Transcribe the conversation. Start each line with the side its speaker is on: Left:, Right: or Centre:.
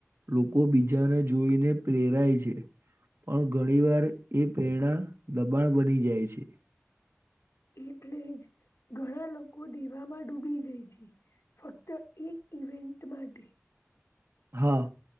Right: લોકો બીજાને જોઈને પ્રેરાય છે. પણ ઘણી વાર એ પ્રેરણા દબાણ બની જાય છે.
Left: એટલે જ ઘણા લોકો દેમાં ડૂબી જાય છે. ફક્ત એ ઇવેન્ટ માટે
Right: હા